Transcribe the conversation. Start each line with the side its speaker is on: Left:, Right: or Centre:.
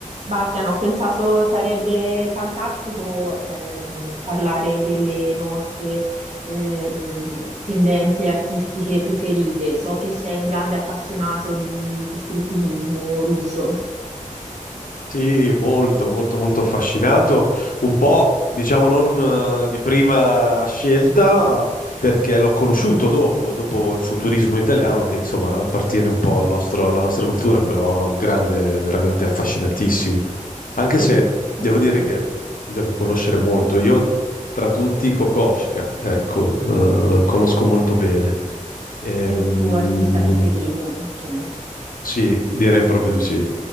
Right: Bastian, ho pensato sarebbe fantastico ehm, parlare delle nostre ehm, tendenze artistiche preferite. So che sei un grande appassionato di costruttivismo russo.
Left: Sì, molto, molto, molto affascinato. Un po', diciamo, non eh, di prima scelta, perché l'ho conosciuto dopo, dopo il futurismo italiano, che insomma appartiene un po' al nostro- alla nostra cultura, però è un grande, veramente affascinatissimo. Anche
Right: E,
Left: se devo
Right: ok,
Left: dire
Right: è
Left: che devo conoscere molto. Io, tra tutti, Kokoschka, ecco, eh, conosco molto bene. Ehm,
Right: il tuo artista preferito, ok.
Left: sì, direi proprio di sì.